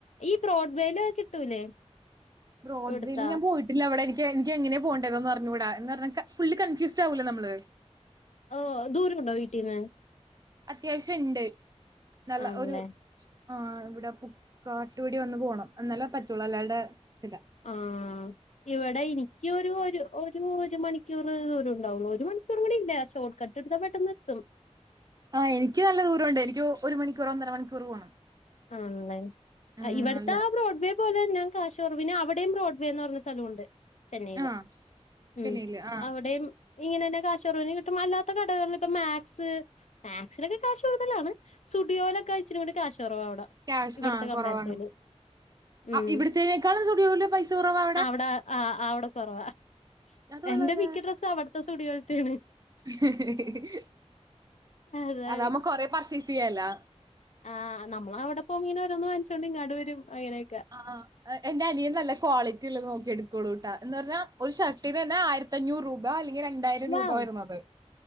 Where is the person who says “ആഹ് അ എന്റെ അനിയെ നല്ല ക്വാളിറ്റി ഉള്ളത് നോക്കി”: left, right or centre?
Right